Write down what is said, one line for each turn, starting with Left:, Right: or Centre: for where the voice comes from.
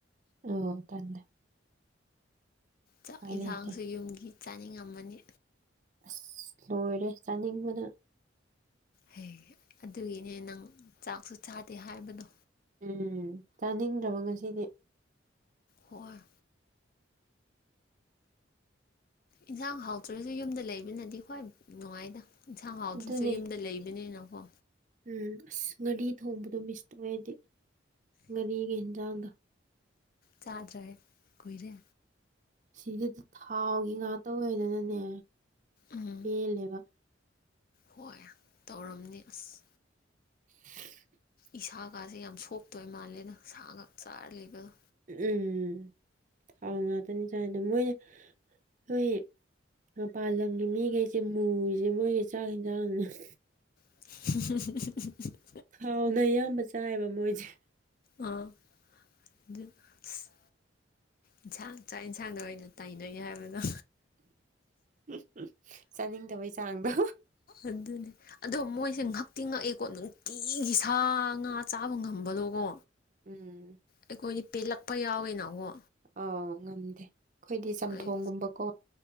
Right: ꯑꯝ ꯇꯟꯗꯦ
Left: ꯆꯥꯛ ꯏꯟꯁꯥꯡꯁꯨ
Right: ꯂꯩꯇꯦ
Left: ꯌꯨꯝꯒꯤ ꯆꯥꯅꯤꯡ ꯉꯝꯃꯅꯤ
Right: ꯑꯁ ꯂꯣꯏꯔꯦ ꯆꯥꯅꯤꯡꯕꯅ
Left: ꯍꯩ ꯑꯗꯨꯒꯤꯅꯦ ꯅꯪ ꯆꯥꯛꯁꯨ ꯆꯥꯗꯦ ꯍꯥꯏꯕꯗꯨ
Right: ꯎꯝ ꯆꯥꯅꯤꯡꯗ꯭ꯔꯕ ꯉꯁꯤꯗꯤ
Left: ꯍꯣꯔ ꯏꯟꯁꯥꯡ ꯍꯥꯎꯇ꯭ꯔꯗꯤ ꯌꯨꯝꯗ ꯂꯩꯕꯅꯗꯤ ꯈ꯭ꯋꯥꯏ ꯅꯨꯡꯉꯥꯏꯗ ꯏꯟꯁꯥꯡ ꯍꯥꯎꯗ꯭ꯔꯁꯨ
Right: ꯑꯗꯨꯅꯦ
Left: ꯌꯨꯝꯗ ꯂꯩꯕꯅꯤꯅꯀꯣ
Right: ꯎꯝ ꯑꯁ ꯉꯥꯔꯤ ꯊꯣꯡꯕꯗꯣ ꯃꯤꯁ ꯇꯧꯋꯦ ꯑꯩꯗꯤ ꯉꯥꯔꯤꯒ ꯍꯤꯟꯖꯥꯡꯒ
Left: ꯆꯥꯗ꯭ꯔꯦ ꯀꯨꯏꯔꯦ
Right: ꯁꯤꯗꯗꯤ ꯊꯥꯎꯒꯤ ꯉꯥꯛꯇ ꯑꯣꯏꯗꯅꯅꯦ
Left: ꯎꯝ
Right: ꯄꯦꯜꯂꯦꯕ
Left: ꯍꯣꯏ ꯇꯧꯔꯝꯅꯤ ꯑꯁ
Right: <unintelligible>
Left: ꯏꯁꯥꯒꯥꯁꯦ ꯌꯥꯝ ꯁꯣꯛꯇꯣꯏ ꯃꯥꯜꯂꯦꯅ ꯁꯥ ꯉꯥꯛ ꯆꯥꯔ ꯂꯩꯕꯗꯣ
Right: ꯎꯝ ꯊꯥꯎ ꯉꯥꯛꯇꯅꯤ ꯆꯥꯏꯗꯣ ꯃꯣꯏꯅ <unintelligible> ꯃꯄꯥꯟ ꯂꯝꯒꯤ ꯃꯤꯈꯩꯁꯦ ꯃꯨꯔꯤꯁꯦ ꯃꯣꯏꯁꯦ ꯆꯥꯛ ꯌꯦꯟꯖꯥꯡꯅ <unintelligible>
Left: <unintelligible>
Right: ꯊꯥꯎꯅ ꯑꯌꯥꯝꯕ ꯆꯥꯏꯌꯦꯕ ꯃꯣꯏꯁꯦ
Left: ꯑꯥ ꯑꯗꯨ ꯑꯁ ꯏꯟꯁꯥꯡ ꯆꯥꯛ ꯌꯦꯟꯁꯥꯡꯗ ꯑꯣꯏꯅ ꯇꯥꯢꯅꯅꯤ ꯍꯥꯏꯕꯗꯣ
Right: <unintelligible> ꯆꯥꯅꯤꯡꯇꯕꯩ ꯆꯥꯡꯗꯣ
Left: ꯑꯗꯨꯅꯤ ꯑꯗꯣ ꯃꯣꯏꯁꯦ ꯉꯛꯇꯤ ꯉꯛꯑꯦꯀꯣ ꯅꯨꯡꯇꯤꯒꯤ ꯁꯥ ꯉꯥ ꯆꯥꯕ ꯉꯝꯕꯗꯣꯀꯣ
Right: ꯎꯝ
Left: ꯑꯩꯈꯣꯏꯗꯤ ꯄꯦꯜꯂꯛꯄ ꯌꯥꯎꯋꯤꯅꯀꯣ
Right: ꯑꯥꯎ ꯉꯝꯗꯦ ꯑꯩꯈꯣꯏꯗꯤ ꯆꯝꯊꯣꯡꯒꯨꯝꯕꯀꯣ
Left: ꯑꯩ